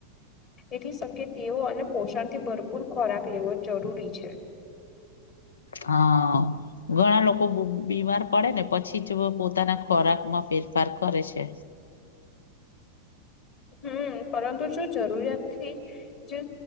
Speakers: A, on the left; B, on the left.
A: તેથી શકે તેઓ અને પોષણથી ભરપૂર ભરપૂર ખોરાક લેવો જરૂરી છે.
B: હા. ઘણા લોકો બીમાર પડે ને પછી જ પોતાના ખોરાક માં ફેરફાર કરે છે.
A: હમ પરંતુ જો જરૂરિયાત થી જે